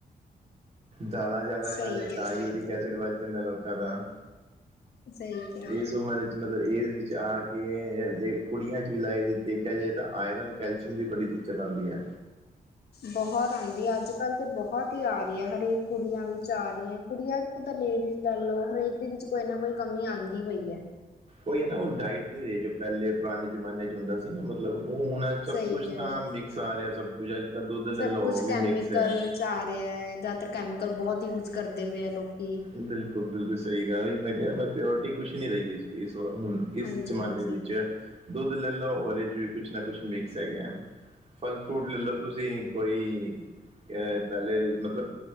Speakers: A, on the right; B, on the left.
A: ਦਾਲਾਂ ਜ਼ਿਆਦਾ ਖਾ
B: ਸਹੀ
A: ਲੇ
B: ਕਿਹਾ
A: ਤਾ
B: ਸਹੀ
A: ਯੂਰਿਕ
B: ਕਿਹਾ
A: ਐਸਿਡ ਵੱਧ ਜਾਂਦਾ ਲੋਕਾਂ ਦਾ।
B: ਸਹੀ ਕਿਹਾ।
A: ਇਸ ਉਮਰ ਚ ਮਤਲਬ ਏਜ ਵਿੱਚ ਆ ਕੇ ਲੇ ਕੁੜੀਆਂ 'ਚ ਵੀ ਲਾਏ ਦੇਖਿਆ ਜਾਵੇ ਤਾਂ ਆਇਰਨ ਕੈਲਸ਼ੀਅਮ ਦੀ ਬੜੀ ਦਿੱਕਤ ਆਂਦੀ ਐ।
B: ਬਹੁਤ ਆਂਦੀ ਹੈ ਅੱਜ ਕੱਲ ਤੇ ਬਹੁਤ ਹੀ ਆ ਰਹੀ ਹੈ। ਹਰੇਕ ਕੁੜੀਆਂ ਵਿੱਚ ਆ ਰੀਆਂ। ਕੁੜੀਆਂ ਤਾਂ ਲੇਡੀਜ਼ ਲੈ ਲਓ ਹਰੇਕ ਦੇ ਵਿੱਚ ਕੋਈ ਨਾ ਕੋਈ ਕਮੀ ਆਂਦੀ ਪਈ ਐ।
A: ਉਹੀ ਹੈ ਨਾ ਉਹ ਡਾਇਟ ਨਹੀਂ ਰਹੇ ਜੋ ਪਹਿਲੇ ਪੁਰਾਣੇ ਜ਼ਮਾਨੇ 'ਚ ਹੁੰਦਾ ਸੀ ਨਾ ਮਤਲਬ। ਉਹ ਹੁਣ ਸਭ
B: ਸਹੀ
A: ਕੁਛ
B: ਕਿਹਾ।
A: ਤਾਂ ਮਿਕਸ ਆ ਰਿਹਾ ਸਭ ਕੁਛ ਅੱਜ ਕਲ ਦੁੱਧ ਲੈ
B: ਸਭ
A: ਲਓ
B: ਕੁਛ
A: ਉਹ ਵੀ
B: ਕੈਮੀਕਲ
A: ਮਿਕਸ ਐ।
B: ਚ ਆ ਰਿਐ ਜ਼ਿਆਦਾਤਰ ਕੈਮੀਕਲ ਬਹੁਤ ਯੂਜ ਕਰਦੇ ਪਏ ਐ ਲੋਕੀ।
A: ਬਿਲਕੁਲ-ਬਿਲਕੁਲ ਸਹੀ ਗੱਲ ਓਈ ਮੈਂ ਕਹਿ ਰਿਹਾ ਮ ਪਿਓਰਟੀ ਕੁਛ ਨਹੀਂ ਰਹੀ ਇਸ-ਇਸ ਵ ਹੁਣ। ਇਸ
B: ਹਾਂਜੀ
A: ਜ਼ਮਾਨੇ
B: ਹਾਂਜੀ
A: ਵਿੱਚ ਦੁੱਧ ਲੈ ਲਓ ਉਹਦੇ ਚ' ਵੀ ਕੁਛ ਨਾ ਕੁਛ ਮਿਕਸ ਹੈਗੈ। ਫਲ ਫਰੂਟ ਲੈ ਲਓ ਤੁਸੀਂ ਕੋਈ ਅਹ ਪਹਿਲੇ ਮਤਲਬ